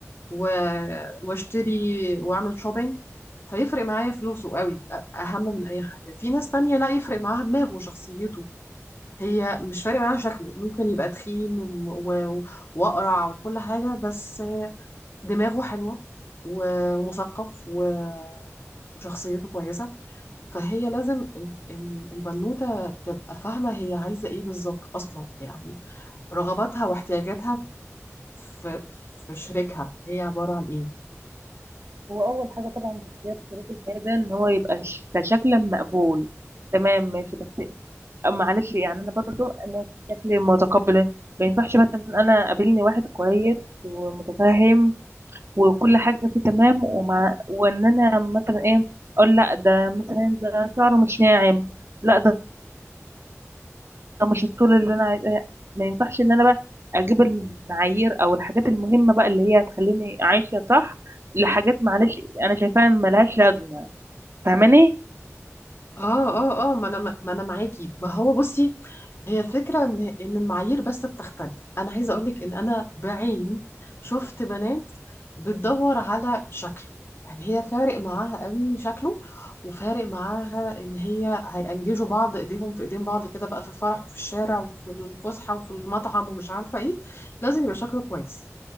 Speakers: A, on the left; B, on the right.
A: و- واشتري واعمل شوبينج فيفرق معايا فلوسه قوي أ- اهم من اي حاجه في ناس تانية لا يفرق معاها دماغه وشخصيته هي مش فارق معاها شكله ممكن يبقى تخين و- و- واقرع وكل حاجه بس دماغه حلوه و- ومثقف و- وشخصيته كويسه فهي لازم ال- ال- البنوته تبقى فاهمه هي عايزه ايه بالظبط اصلا يعني رغباتها واحتياجاتها في في شريكها هي عباره عن ايه
B: هو اول حاجه طبعا في اختيار شريك الحياه ده ان هو يبقى ش... كشكلا مقبول تمام ماشي بس أه، معلش يعني انا برضو انا في شكل متقبل ما ينفعش مثلا انا قابلني واحد كويس ومتفاهم وكل حاجه فيه تمام ومع وان انا مثلا ايه اقول لا ده مثلا ده شعره مش ناعم لا ده ده مش الطول اللي انا عايزاه ما ينفعش ان انا بقى اجيب المعايير او الحاجات المهمه بقى اللي هي هتخليني عايشه صح لحاجات معلش انا شايفاها ملهاش لازمه فاهماني
A: اه اه اه ما انا ما انا معاكي ما هو بصي هي الفكره ان ان المعايير بس بتختلف انا عايزه اقولك ان انا بعيني شفت بنات بتدور على شكله يعني هي فارق معاها قوي شكله وفارق معاها ان هي هينجزوا بعض ايديهم في ايدين بعض كده بقى في الفرح وفي الشارع وفي الفسحه وفي المطعم ومش عارفه ايه لازم يبقى شكله كويس